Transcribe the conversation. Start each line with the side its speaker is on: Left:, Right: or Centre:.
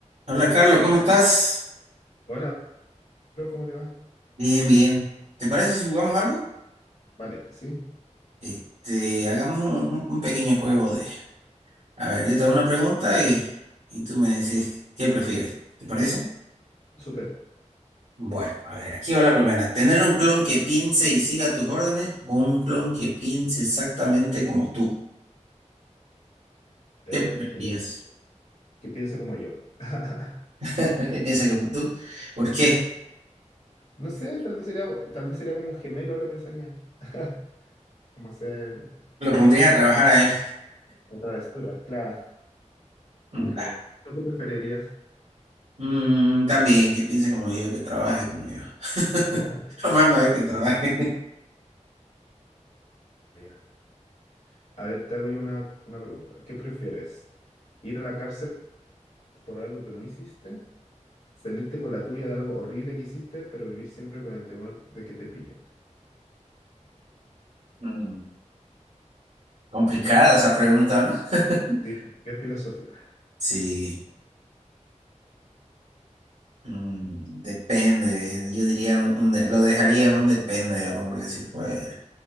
Right: Hola Carlos, ¿cómo estás?
Left: Hola, bro, ¿cómo te va?
Right: Bien, bien. ¿Te parece si jugamos algo?
Left: Vale, sí,
Right: Este, hagamos un, un- un pequeño juego de... A ver, yo te hago una pregunta y, y tú me decís qué prefieres. ¿Te parece?
Left: súper.
Right: Bueno, a ver, aquí va la primera. ¿Tener un clon que piense y siga tus órdenes o un clon que piense exactamente como tú?
Left: Eh,
Right: ¿Qué preferirías?
Left: que piense como yo. <laughs>
Right: <laughs> ¿Que piense como tú? ¿Por qué?
Left: No sé, tal vez sería, tal vez sería como un gemelo, lo pensaría. <laughs> Como hacer
Right: ¿Lo pondrías a trabajar a él?
Left: travesuras, claro, yo
Right: Mm,
Left: creo. ¿Tú qué preferirías?
Right: Mm, también, que piense como yo, que trabaje como yo.
Left: <laughs>
Right: <laughs> Lo mando a él que trabaje.
Left: Mira, A ver, te hago yo una, una pregunta. ¿Qué prefieres? ¿Ir a la cárcel por algo que no hiciste? ¿Salirte con la tuya de algo horrible que hiciste, pero vivir siempre con el temor de que te pillen?
Right: <laughs> Mm. Complicada esa pregunta, ¿no? <laughs>
Left: Sí, bien filosófica.
Right: Sí, mm, depende. Yo diría, un- un de- lo dejaría en un depende, digamos, porque si fue